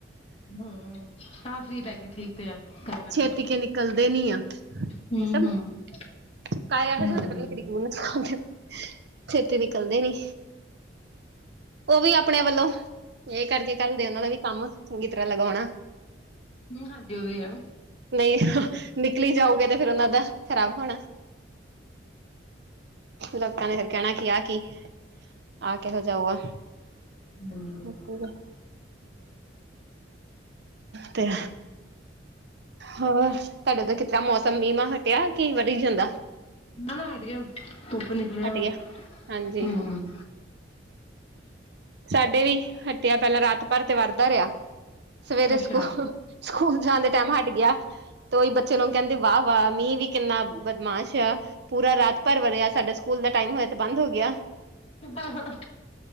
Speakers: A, on the left (about 35°); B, on the right (about 65°).
A: ਹੂੰ, <unintelligible> ਪੈਕੇ ਠੀਕ ਤੇ ਆ, ਕਰਨਾ ਕੀ।
B: ਪੇਤੀ
A: ਹੈ।
B: ਕੇ ਨਿਕਲਦੇ ਨੀ ਆ
A: ਹੂੰ
B: ਇਹ ਸਬ
A: ਹੂੰ
B: <unintelligible>
A: ਹਾਂਜੀ।
B: ਛੇਤੀ ਨਿਕਲਦੇ ਨੀ। ਉਹ ਵੀ ਅਪਣੇ ਵੱਲੋਂ ਇਹ ਕਰਕੇ ਕੱਲਦੇ ਉਹਨਾਂ ਦਾ ਵੀ ਕੰਮ ਚੰਗੀ ਤਰਾ ਲਗਾਓਣਾ।
A: ਹੂੰ, ਹਾਂ ਜੋ ਵੀ ਆ।
B: ਨਈ ਨਿਕਲੀ ਜਾਓਗੇ ਤੇ ਫੇਰ ਉਹਨਾਂ ਦਾ ਖ਼ਰਾਬ ਹੋਣਾ। ਲੋਕਾ ਨੇ ਫਿਰ ਕੈਣਾ ਕੀ ਆ ਕੀ, ਆ ਕੇਹੋ ਜਾਊਗਾ।
A: ਨਾ
B: ਹੂੰ, ਤੇ ਹੋਰ, ਤੁਆਡੇ ਤਾਂ ਕਿਸ ਤਰਾ ਮੌਸਮ ਮੀਂ ਮਾਂ ਹਟਿਆ ਕਿ ਵਧੀ ਜਾਂਦਾ।
A: ਆ ਨਾ ਹਟ ਗਿਆ, ਧੁੱਪ ਨਿਕਲਿਆ
B: ਹਟ
A: ਵਾ,
B: ਗਿਆ ਹਾਂਜੀ
A: ਹੂੰ।
B: ਸਾਡੇ ਵੀ ਹਟਿਆ ਪੈਲਾਂ ਰਾਤ ਭਰ ਤੇ ਵਰਦਾ ਰਿਆ। ਸਵੇਰੇ
A: ਅੱਛਾ
B: ਸਕੂਲ, ਸਕੂਲ ਜਾਣ ਦੇ ਟਾਈਮ ਹਟ ਗਿਆ। ਤੇ ਉਹੀ ਬੱਚੇ ਨੂੰ ਕਹਿੰਦੇ, ਵਾਹ- ਵਾਹ, ਮੀਂਹ ਵੀ ਕਿੰਨਾ ਬਦਮਾਸ਼ ਆ। ਪੂਰਾ ਰਾਤ ਭਰ ਵਰਿਆ। ਸਾਡੇ ਸਕੂਲ ਦਾ ਟਾਈਮ ਹੋਇਆ। ਤੇ ਬੰਦ ਹੋ ਗਿਆ।
A: ਹਾਂ ਹਾਂ।